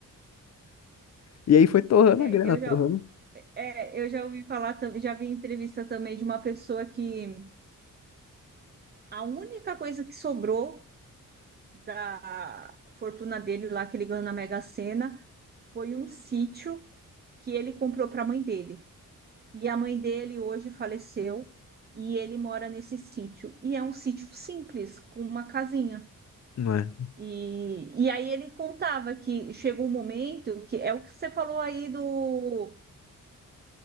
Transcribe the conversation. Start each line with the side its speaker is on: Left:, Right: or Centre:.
Left: E aí foi torrando
Right: É,
Left: a grana,
Right: eu
Left: torrando.
Right: já, É, eu já ouvi falar, tam- já vi entrevista também de uma pessoa que a única coisa que sobrou da fortuna dele lá que ele ganhou na Mega Sena foi um sítio que ele comprou para a mãe dele. E a mãe dele hoje faleceu e ele mora nesse sítio. E é um sítio simples, com uma casinha.
Left: Não é?
Right: E, e aí ele contava que chegou um momento que é o que você falou aí do